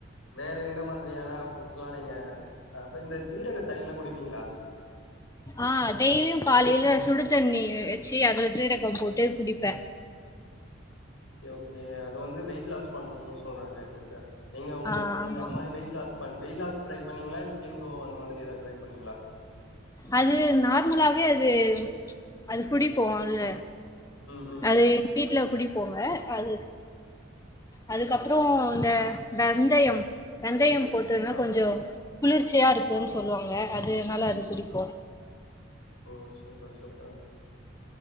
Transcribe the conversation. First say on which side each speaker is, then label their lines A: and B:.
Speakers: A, on the left; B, on the left.
A: வே இப்ப எந்த மாதிரியான ஃபுட்ஸ்ல்லா நீங்க இந்த சீரக தண்ணிய எல்லா குடிப்பீங்களா
B: ஆ டெய்லியு காலேல சுடு தண்ணி வ வச்சு அதுல சீரகோ போட்டு குடிப்பே
A: ஓகே ஓகே அது வந்து வெயிட் லாஸ் பண்ணுனு சொல்றாங்க சிஸ்டர் நீங்க உங்க
B: ஆ
A: நீங்க
B: ஆமா
A: அந்த மாரி வெயிட் லாஸ் பன் வெய் லாஸ்கு ட்ரை பண்ணீங்களா இல்ல ஸ்கின் க்ளோ அந்த மாதி ஏதாவ ட்ரை பண்ணீங்களா
B: அது நார்மலாவே அது அது குடிப்போல
A: ம் ம்
B: அது எங்க வீட்ல குடிப்போங்க அது அதுக்கப்பறோ இந்த வெந்தயம் வெந்தயம் போட் ட்டுனா
A: ஆ
B: கொஞ்சோ குளிர்ச்சியா இருக்குனு சொல்லுவாங்க அதுனால அது குடிக்கு
A: ஓ சூப்பர் சூப்பர்